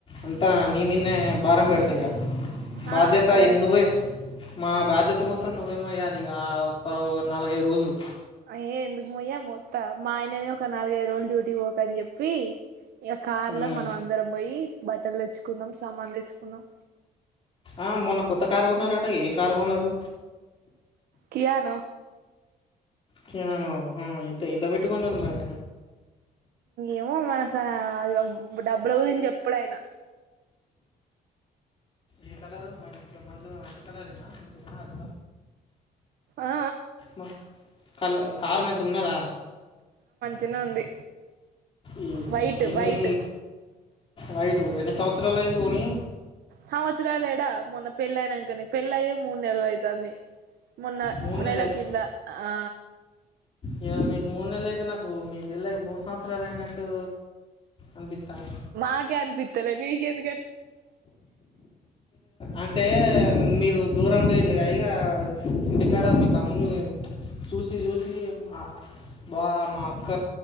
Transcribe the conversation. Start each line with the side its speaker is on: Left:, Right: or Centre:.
Left: అంతా నీ మీద నే భారం పెడతా ఇగ బాధ్యత
Right: ఆ సరే
Left: ఈ నువ్వే
Right: సరే
Left: మా బాధ్యత మొత్తం నువ్వే మొయ్యాలి ఇగ అవు పా ఒత్ నాలుగైదు రోజులు
Right: అయ్యే ఎందుకుమోయ మొత్త మా ఆయననే ఒక నాలుగైదు రోజులు డ్యూటీకి పోకని చెప్పి ఇక కార్
Left: ఉమ్.
Right: లో మనం అందరం పోయి బట్టలు తెచ్చుకుందాం సామాన్లు తెచ్చుకుందాం
Left: ఆ మొన్న కొత్త కారుగొన్నారట ఏం కారుగొన్నారు
Right: కియాను
Left: క్యాను హు ఎంత ఎంత పెట్టుకున్నారు మరి
Right: ఏమో మనకు కాడ డబ్బులు గురించి చెప్పుడు ఆయనా
Left: ఏ కలరు మంచి మంచి మంచి కలర్ ఏనా ఇ కలర్
Right: ఆ
Left: మా కళ కారు మంచిగా ఉన్నదా
Right: చిన్న ఉంది
Left: ఈ
Right: వైట్
Left: ఎన్ని
Right: వైట్
Left: వైటు ఎన్ని సంవత్సరాలు అయింది కొనీ
Right: సంవత్సరలు ఎడా మొన్న పెళ్ళి అయినాకనే పెళ్లి అయ్యే మూడు నెలలు అయితంది మొన్న
Left: మూడు నెలలు
Right: నెల
Left: అయితే
Right: కింద ఆ
Left: ఇక మీకు మూడు నెలలు అయితే నాకు మీ పెళ్లి అయి మూడు సంవత్సరాలు అయినట్టు అనిపిస్తుంది
Right: మాకే అనిపిత్తలే మీకు ఎందుకు
Left: అంటే మీరు దూరం పేలుగా ఇక ఇంటి కాడ మీ తమ్మువి చూసి చూసి ఆ బా మా అక్క